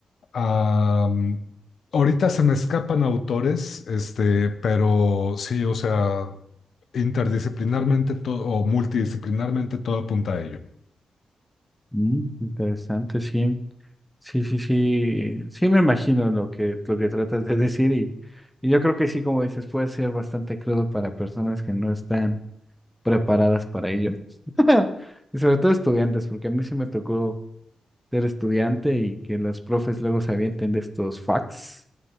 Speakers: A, on the left; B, in the centre.
A: Am, ahorita se me escapan autores, este, pero sí, o sea, interdisciplinarmente todo o multidisciplinarmente todo apunta a ello.
B: Mm, interesante, sí. Sí, sí, sí, sí me imagino lo que, lo que tratas de decir y, y yo creo que sí, como dices, puede ser bastante crudo para personas que no están preparadas para ello. <laughs> Y sobre todo estudiantes, porque a mí sí me tocó ser estudiante y que los profes luego se avienten de estos facts.